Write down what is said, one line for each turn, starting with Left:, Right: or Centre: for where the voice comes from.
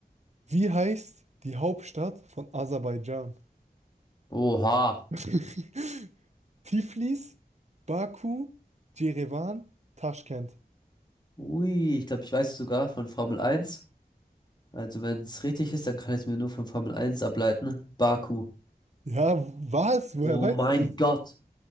Right: Wie heißt die Hauptstadt von Aserbaidschan?
Left: Oha.
Right: <laughs> Tiflis, Baku, Jerewan, Taschkent.
Left: Ui, ich glaube, ich weiß es sogar von Formel eins. Also wenn es richtig ist, dann kann ich es mir nur von Formel eins ableiten. Baku.
Right: Ja, was? Woher
Left: Oh
Right: weißt
Left: mein
Right: du es?
Left: Gott.